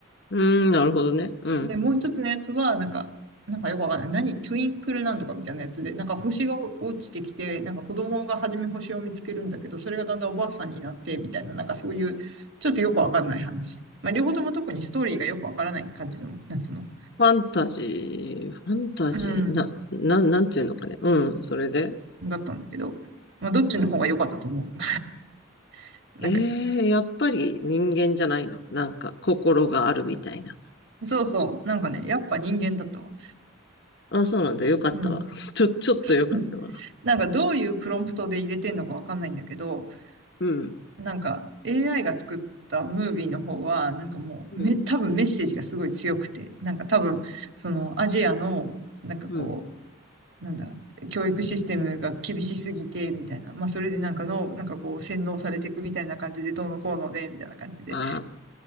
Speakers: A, on the left; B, on the right.
A: うん、なるほどね。うん。
B: で、もう一つのやつは、なんか、なんかよくわかんない。何トゥインクルなんとかみたいなやつで、なんか星が落ちてきて、なんか子供が初め星を見つけるんだけど、それがだんだんおばあさんになって、みたいな、なんかそういう、ちょっとよくわかんない話。まあ、両方とも特にストーリーがよくわからない感じの、夏の。
A: ファンタジー、ファンタジー、
B: うん。
A: な、な、なんていうのかね。うん、それで
B: だったんだけど、まあ、どっちの方が良かったと思う。<laughs> なんか、
A: ええ、やっぱり人間じゃないの。なんか、心があるみたいな。
B: そうそう。なんかね、やっぱ人間だったわ。
A: あ、そうなんだ。よかったわ。
B: うん。
A: <laughs> ちょ、<laughs> ちょっとよかったわ。
B: <laughs> なんかどういうプロンプトで入れてんのかわかんないんだけど、
A: うん、
B: なんか AI が作ったムービーの方は、なんかもうめ、
A: うん、
B: 多分メッセージがすごい強くて、なんか多分、そのアジアの、なんかこ
A: うん。
B: う、なんだ、教育システムが厳しすぎて、みたいな。まあ、それでなんかの、なんかこう、洗脳されていくみたいな感じで、どうのこうので、みたいな感じで、
A: あ、